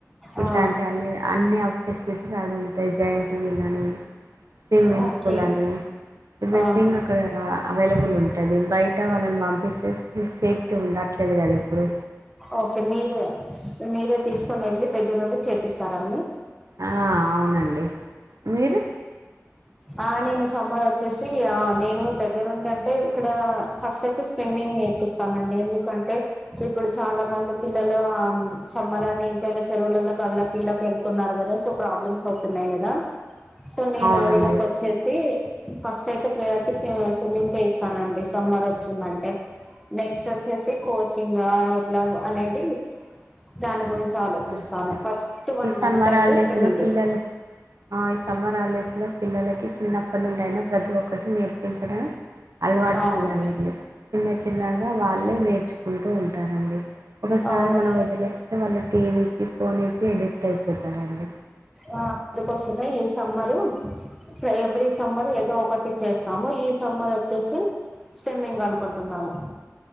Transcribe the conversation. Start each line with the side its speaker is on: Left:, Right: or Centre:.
Right: ఇట్లాంటి
Centre: ఆ
Right: అన్ని అన్ని వ ఫెసిలిటీస్ అవి ఉంటాయి జయింట్ ట్ వీలని, స్మ్మింగ్
Centre: ఓకే
Right: పూల్ అని వెళ్తే
Centre: ఆహా
Right: ఇంగ అక్కడ అవైలబుల్ ఉంటది బయట వాళ్ళని పంపిస్తే సి సేఫ్టీ ఉండట్లేదు గదా ఇప్పుడు
Centre: ఓకే మీరే స్ మీరే తీసుకొనెళ్ళి దగ్గరుండి చేపిస్తారా అన్ని?
Right: ఆ అవునండి మీరు
Centre: ఆ నేను సమ్మర్ ఒచ్చేసి ఆ నేను దగ్గరుంటంటే ఇక్కడా ఫస్ట్ అయితే స్విమ్మింగ్ గ్ నేర్పిస్తానండి ఎందుకంటే, ఇప్పుడు చాలా మంది పిల్లలు ఆ సమ్మరనీ ఇటని చెప్ చెరువులల్లకు అల్లకిళ్లకు ఎల్తున్నారు గదా సో ప్రాబ్లమ్స్ అతున్నాయి గదా సో నేను
Right: అవునండి
Centre: వీళ్ళక్ చ్చేసి ఫస్ట్ అయితే ప్రయారిటీ స్వి స్విమ్మింగ్ కె ఇస్తానండి సమ్మర్ వచ్చిందంటే నెక్స్టోచ్చేసి కోచింగా, ఎట్లాగ అనేది దాని గురించ్ చాలోచిస్తాను
Right: ఆ,
Centre: ఫస్ట్ వన్
Right: ఈ సమ్మర్
Centre: మంత్ అయితే
Right: హాలిడేస్
Centre: స్విమ్మింగ్
Right: లో పిల్లలు
Centre: కే.
Right: ఆ ఈ సమ్మర్ హాలడేస్ లో పిల్లలకి చిన్నప్పట్నుండి అయినా ప్రతి ఒక్కటి నేర్పించడం అలవాటు
Centre: అవును
Right: చేయ్యాలండి చిన్న చిన్నగా వాళ్ళే నేర్చుకుంటూ ఉంటారండి. ఒకసారి
Centre: అవును
Right: మనం వదిలేస్తే వాళ్ళు టీ వీ కి, ఫోన్కి ఎడిక్ట్ అయిపోతారండి.
Centre: ఆ, అందుకోసమే ఈ సమ్మరు ట్ర ఎవ్రీ సమ్మర్ ఏదో ఒకటి చేస్తాము, ఈ సమ్మరోచ్చేసి స్విమ్మింగ్ అనుకుంటున్నాము.